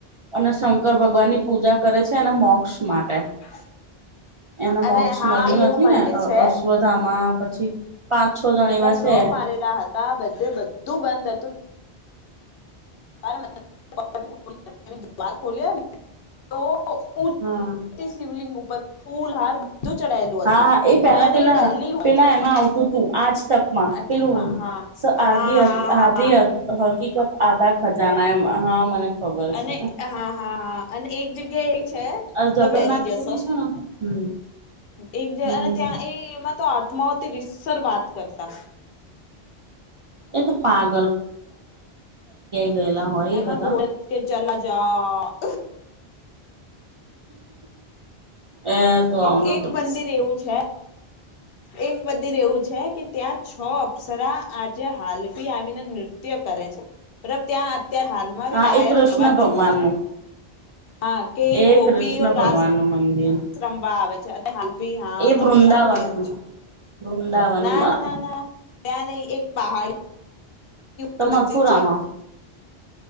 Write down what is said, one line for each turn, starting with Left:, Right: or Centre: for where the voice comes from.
Right: અને શંકર ભગવાન ની પૂજા કરે છે એના મોક્ષ માટે
Left: હા
Right: એને
Left: અરે
Right: મોક્ષ મળ્યું
Left: એ એવું
Right: નથી ને
Left: મંદિર
Right: અ
Left: છે
Right: અશ્વધામાં પછી પાંચ છો જણ
Left: બધા
Right: એવા છે
Left: લોક મારેલા હતા બધે બધું બંધ હતું <inaudible> બાર ખોલ્યા ને તો પુ <unintelligible>
Right: હમ
Left: શિવલિંગ ઉપર ફૂલ હાર બધું ચડાયેલું
Right: હા
Left: હતું.
Right: હા એ પેલા
Left: બેન
Right: પેલા
Left: એ ડેલી હોય
Right: પેલા
Left: છે
Right: એમાં આવતું હતું આજ તકમાં
Left: આ ટીમમાં
Right: પેલું
Left: હા
Right: સ
Left: હા
Right: આધ
Left: હા
Right: આધી
Left: હા
Right: હક હકીકત આધા ખજાના એમા હા મને ખબર
Left: અને
Right: છે.
Left: હા હા હા અને એક જગ્યા એ છે.
Right: અ જગન્નાથ
Left: તમે ડરી જશો
Right: પુરી છે ને હમ
Left: એક જે
Right: હમ
Left: અને ત્યાં એ એમાં તો આત્માઓથી રિસર વાત કરતા
Right: એ તો પાર ગયેલા હોય
Left: એમાં
Right: એ બધા
Left: બહત કે ચલા જા <inaudible>
Right: એ તો આવુ
Left: એક
Right: ના
Left: એક
Right: કરીશ
Left: મંદિર એવું છે એક બધી રેવું છે કે ત્યાં છો અપ્સરા આજે હાલ ભી આવીને નૃત્ય કરે છે, મતલબ ત્યાં અત્યારે હાલમાં
Right: હા
Left: પાયલની
Right: એ કૃષ્ણ
Left: અવાજ
Right: ભગવાન
Left: સાંભળે છે.
Right: નું
Left: હા કે
Right: એ
Left: ગોપીઓ
Right: કૃષ્ણ
Left: રાસ
Right: ભગવાન નું મંદિર
Left: રમવા આવે છે, અને હાલ ભી હા
Right: એ
Left: તમને
Right: વૃંદાવન
Left: સારું યાદ છે.
Right: વૃંદાવનમાં
Left: ના ના ના ના ત્યાં નહી એક પહાડી
Right: ત
Left: પર
Right: મથુરામાં
Left: મંદિર